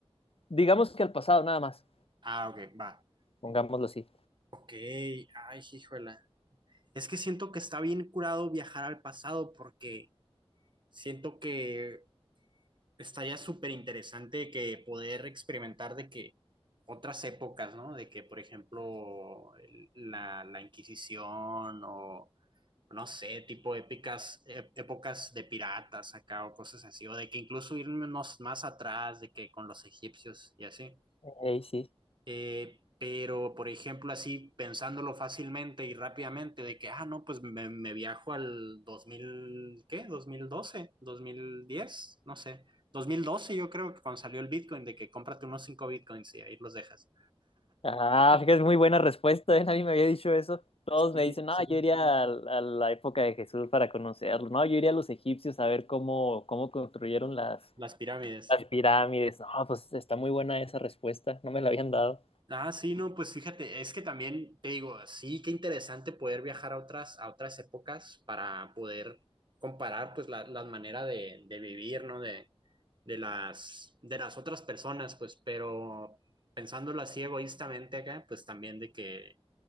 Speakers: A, on the left; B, on the right.
A: digamos que al pasado nada más,
B: Ah, ok, va.
A: pongámoslo así.
B: Ok, ay, híjole. es que siento que está bien curado viajar al pasado porque siento que estaría súper interesante que poder experimentar de que otras épocas, ¿no? De que, por ejemplo, el- la, la Inquisición o, no sé, tipo épicas, ép- épocas de piratas acá o cosas así, o de que incluso irnos más atrás, de que con los egipcios y así.
A: Ey, sí.
B: Eh, pero, por ejemplo, así pensándolo fácilmente y rápidamente, de que, ah, no, pues me, me viajo al 2000 ¿qué? dos dos mil doce dos mil diez no sé. dos mil doce yo creo que cuando salió el Bitcoin, de que cómprate unos 5 Bitcoins y ahí los dejas.
A: Ah, fíjate, es muy buena respuesta, ¿eh? Nadie me había dicho eso. Todos
B: Sí,
A: me dicen, no,
B: sí.
A: yo iría a, a la época de Jesús para conocerlo. No, yo iría a los egipcios a ver cómo, cómo construyeron las,
B: Las pirámides.
A: las pirámides. No, pues está muy buena esa respuesta, no me la habían dado.
B: Ah, sí, no, pues fíjate, es que también te digo, sí, qué interesante poder viajar a otras, a otras épocas para poder comparar pues la, la manera de, de vivir, ¿no? De, de las, de las otras personas, pues, pero pensándolo así egoístamente acá, pues también de que